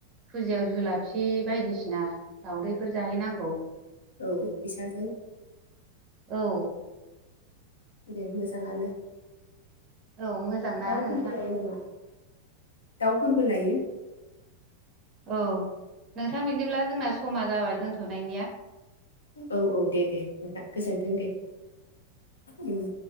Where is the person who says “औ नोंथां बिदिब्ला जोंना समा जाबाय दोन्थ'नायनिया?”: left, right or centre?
Right